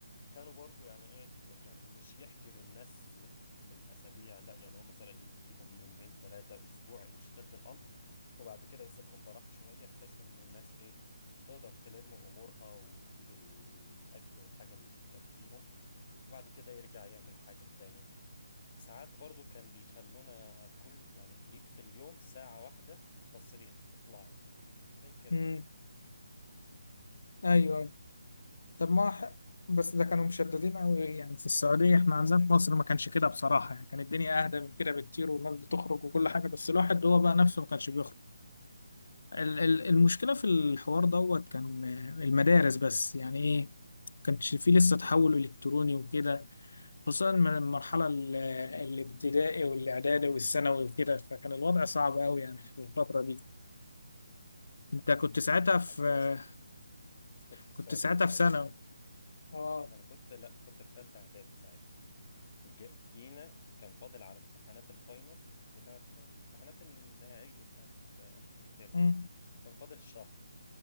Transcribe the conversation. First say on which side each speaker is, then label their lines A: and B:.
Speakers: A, on the left; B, on the left.
A: كانوا برضو يعني إيه م- يعني مش يحجر الناس بالأسابيع لا يعني هو مثلا يديهم يومين ثلاثة أسبوع إن اشتد الأمر وبعد كده يسيبهم براح شوية بحيث إن الناس إيه تقدر تلم أمورها وتجيب الأكل والحاجة اللي تكفيهم وبعد كده يرجع يعمل حاجة تاني ساعات برضو كان بيخلونا كل يعني ليك في اليوم ساعة واحدة تصريح تطلعوا زي كده
B: امم ايوه أيوة. طب ما ح- بس ده كانوا مشددين قوي يعني في السعودية احنا
A: لا
B: عندنا في
A: أك-
B: مصر ما كانش
A: بس-
B: كده بصراحة يعني كانت الدنيا اهدى من كده بكتير والناس بتخرج وكل حاجة بس الواحد
A: اه
B: هو بقى نفسه ما كانش بيخرج ال- ال- المشكلة في الحوار دوت كان آه، المدارس بس يعني ايه كانش فيه لسه تحول إلكتروني وكده خصوصا من المرحلة ال- آه، الابتدائي والإعدادي والثانوي وكده فكان الوضع صعب أوي يعني في الفترة دي أنت كنت
A: كانت
B: ساعتها
A: أحلى
B: في
A: حاجة حصلت
B: آه،
A: بس كنت في السعودية
B: كنت ساعتها
A: ساعتها
B: في ثانوي اه
A: أنا كنت لا كنت في تالتة إعدادي ساعتها ج- جينا كان فاضل على امتحانات الفاينل بتاعت امتحانات النهائية بتاعت آخر الترم
B: مم.
A: كان فاضل شهر